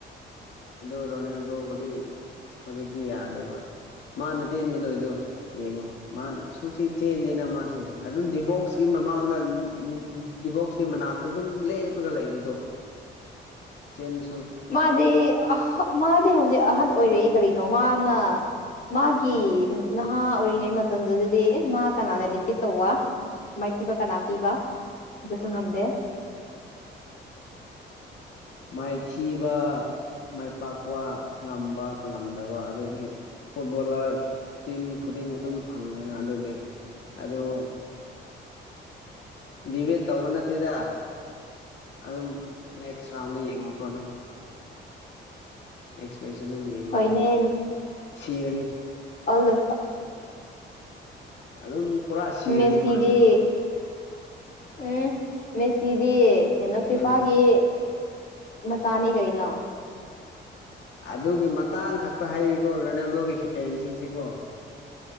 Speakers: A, on the left; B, on the left.
A: ꯑꯗꯨ ꯔꯣꯅꯦꯜꯗꯣꯕꯨꯗꯤ ꯍꯧꯖꯤꯛꯇꯤ ꯌꯥꯗꯦꯕ ꯃꯥꯅ ꯆꯦꯟꯕꯗꯧꯗꯣ ꯌꯦꯡꯉꯣ ꯃꯥ ꯁꯨꯊꯤ ꯆꯦꯟꯗꯦꯅ ꯃꯥꯁꯦ ꯑꯗꯨꯝ ꯗꯤꯕꯣꯛꯁꯀꯤ ꯃꯃꯥꯡꯗ ꯗꯤꯕꯣꯛꯁꯀꯤ ꯃꯅꯥꯛꯇ ꯑꯗꯨꯝ ꯂꯦꯞꯄꯒ ꯂꯩꯕꯗꯣ ꯆꯦꯟꯕ
B: ꯃꯥꯗꯤ ꯑ ꯃꯥꯗꯤ ꯍꯧꯖꯤꯛ ꯑꯍꯟ ꯑꯣꯏꯔꯛꯏ ꯀꯔꯤꯅꯣ ꯃꯥꯅ ꯃꯥꯒꯤ ꯅꯍꯥ ꯑꯣꯏꯔꯤꯉꯩ ꯃꯇꯝꯗꯨꯗꯗꯤ ꯃꯥ ꯀꯅꯥꯅꯗꯤ ꯐꯤꯠ ꯇꯧꯕ ꯃꯥꯏꯊꯤꯕ ꯀꯅꯥ ꯄꯤꯕ ꯁ ꯉꯝꯗꯦ
A: ꯃꯥꯏꯊꯤꯕ ꯃꯥꯏ ꯄꯥꯛꯄ ꯉꯝꯕ ꯉꯝꯗꯕ ꯑꯗꯨꯗꯤ ꯐꯨꯠꯕꯣꯂꯔ ꯇꯤꯝ ꯈꯨꯗꯤꯡ ꯑꯗꯨꯝ ꯐꯪꯉꯦꯅ ꯑꯗꯨꯗꯤ ꯑꯣ ꯗꯤꯕꯦꯠ ꯇꯧꯕ ꯅꯠꯇꯦꯗ ꯑꯗꯨꯝ ꯅꯦꯛꯁ ꯔꯥꯎꯟꯗ ꯌꯦꯡꯉꯣꯀꯣ ꯑꯗꯨꯝ ꯑꯦꯦꯛꯁ ꯃꯦꯁꯇ ꯑꯗꯨꯝ ꯌꯦꯡꯉꯣ
B: ꯍꯣꯏꯅꯦ
A: ꯑꯗꯨꯝ ꯁꯤꯔꯅꯤ
B: ꯑꯜꯗ
A: ꯑꯗꯨꯝ ꯄꯨꯔꯥ ꯁꯤꯔꯅꯤ
B: ꯃꯦꯁꯤꯗꯤ
A: ꯃꯥꯁꯦꯀꯣ
B: ꯎꯝ ꯃꯦꯁꯤꯗꯤ ꯀꯩꯅꯣ ꯐꯤꯐꯥꯒꯤ
A: ꯎꯝ
B: ꯃꯆꯥꯅꯦ ꯀꯔꯤꯅꯣ
A: ꯑꯗꯨꯒꯤ ꯃꯇꯥꯡ ꯈꯛꯇ ꯍꯥꯏꯌꯦꯀꯣ ꯔꯣꯅꯥꯜꯗꯣꯒꯤ ꯐꯦꯟꯁꯤꯡꯁꯤꯀꯣ